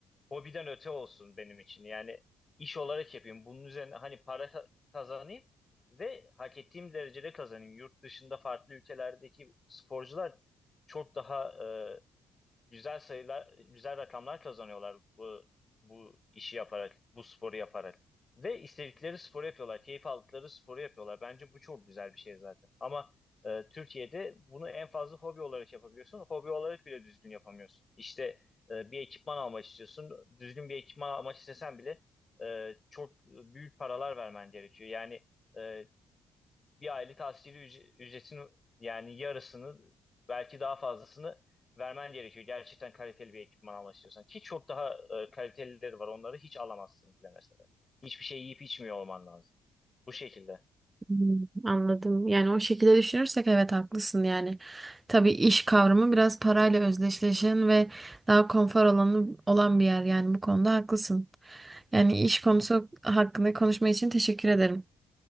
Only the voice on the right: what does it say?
Hmm, anladım. Yani o şekilde şekilde düşünürsek evet haklısın yani. Tabii iş kavramı biraz parayla özdeşleşen ve daha konfor alanı olan bir yer yani bu konuda haklısın. Yani iş konusu hakkında konuşma için teşekkür ederim.